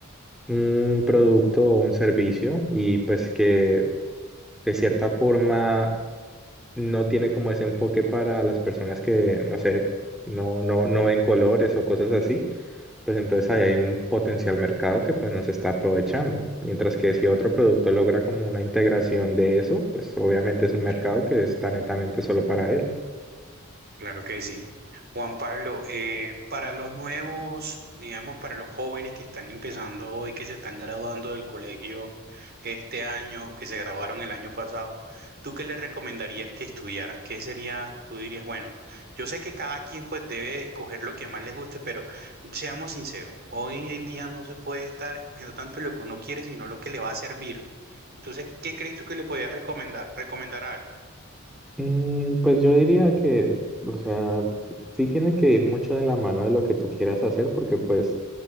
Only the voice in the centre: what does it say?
un producto o un servicio y pues que de cierta forma no tiene como ese enfoque para las personas que, no sé, no, no, no ven colores o cosas así, pues entonces ahí hay un potencial mercado que pues no se está aprovechando. Mientras que si otro producto logra como una integración de eso, pues obviamente es un mercado
que está netamente solo para él.
Mm, pues yo diría que, o sea, sí tiene que ir mucho de la mano de lo que tú quieras hacer, porque pues